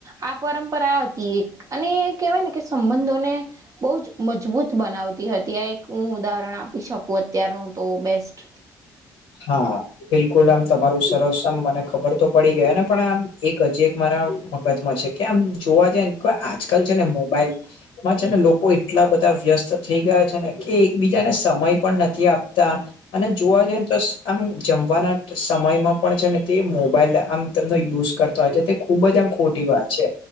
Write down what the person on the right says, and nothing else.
આ પરંપરા હતી એક અને કહેવાય ને કે સંબંધોને બો જ મજબૂત <unintelligible> બનાવતી હતી એક હું ઉદાહરણ આપી શકું અત્યારનું તો બેસ્ટ